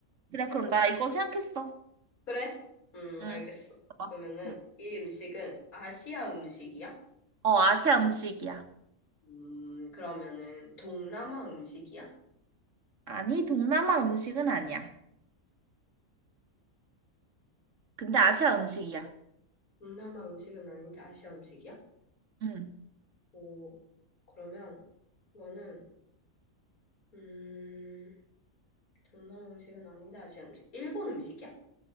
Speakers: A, on the right; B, on the left.
A: 그래, 그럼 나 이거 생각했어.
B: 그래? 음,
A: 응.
B: 알겠어.
A: 봐봐.
B: 그러면은,
A: 응.
B: 이 음식은 아시아 음식이야?
A: 어, 아시아 음식이야.
B: 음, 그러면은, 동남아 음식이야?
A: 아니, 동남아 음식은 아니야. 근데 아시아 음식이야.
B: 동남아 음식은 아닌데 아시아 음식이야?
A: 응.
B: 오, 그러면 이거는 음, 동남아 음식은 아닌데 아시아 음식. 일본 음식이야?